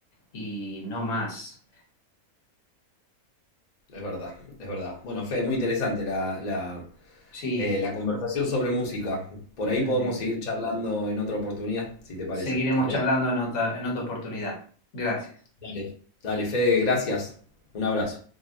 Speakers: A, on the left; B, on the left.
A: y no más.
B: Es verdad, es verdad. Bueno, Fe, muy interesante la, la,
A: Sí,
B: eh, la conversación sobre música. Por
A: me
B: ahí podemos
A: alegro.
B: seguir charlando en otra oportunidad, si te parece.
A: Seguiremos
B: Dale,
A: charlando en otra, en otra oportunidad. Gracias.
B: dale, dale, Fede, gracias. Un abrazo.